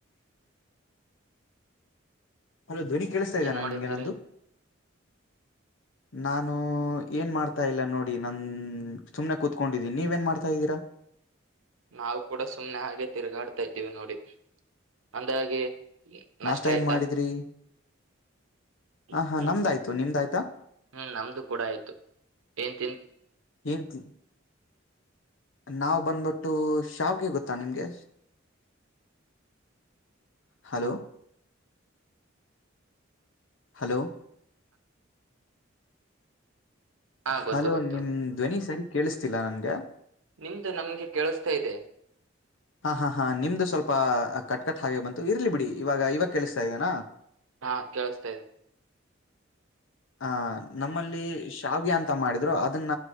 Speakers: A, on the left; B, on the right.
A: ಹಲೋ ಧ್ವನಿ ಕೇಳಿಸ್ತಾ ಇದೇನ
B: ಏನ್ ಮಾಡಿದ್ದೀರಿ
A: ನಿಮ್ಗೆನಂದು. ನಾನು ಏನ್ ಮಾಡ್ತಾ ಇಲ್ಲ ನೋಡಿ ನನ್ ಸುಮ್ನೆ ಕೂತ್ಕೊಂಡಿದ್ದೀನಿ ನೀವೇನ್ ಮಾಡ್ತಾ ಇದ್ದೀರಾ. <inaudible>
B: ನಾವು ಕೂಡ ಸುಮ್ಮ್ನೆ ಹಾಗೆ ತಿರುಗಾಡ್ತಾ ಇದ್ದೀವಿ ನೋಡಿ. ಅಂದಾಗೆ ನ ನಷ್ಟ
A: ನಾಷ್ಟ
B: ಆಯ್ತಾ.
A: ಏನ್ ಮಾಡಿದ್ರಿ
B: ಹ್ಮ್
A: ಹ ಹಾ ನಮ್ದಾಯ್ತು ನಿಮ್ದಾಯ್ತಾ
B: ಹ್ಮ್ ನಮ್ದು ಕೂಡ ಆಯ್ತು. ಏನ್ ತಿನ್
A: ಹೇಲ್ತಿ ನಾವ್ ಬಂದ್ಬಿಟ್ಟು ಶಾವ್ಗೆ ಗೊತ್ತಾ ನಿಮ್ಗೆ. ಹಲೋ ಹಲೋ
B: ಹಾ
A: ಹಲೋ
B: ಗೊತ್ತು ಗೊತ್ತು
A: ನಿಮ್ ಧ್ವನಿ ಸರಿ ಕೇಳಿಸ್ತಿಲ್ಲಾ ನನ್ಗ
B: ನಿಮ್ದು ನಮ್ಗೆ ಕೇಳಸ್ತಾ ಇದೆ.
A: ಹಾ ಹಾ ಹಾ ನಿಮ್ದು ಸ್ವಲ್ಪ ಕಟ್ಕಟ್ ಹಾಗೆ ಬಂತು ಇರ್ಲಿ ಬಿಡಿ ಇವಾಗ ಇವಾಗ್ ಕೇಳಿಸ್ತಾ ಇದೆನಾ.
B: ಹಾ ಕೇಳಿಸ್ತಾ ಇದೆ
A: <inaudible> ಆ ನಮ್ಮಲ್ಲಿ ಶಾವಗೆ ಅಂತ ಮಾಡಿದ್ರು ಅದನ್ನ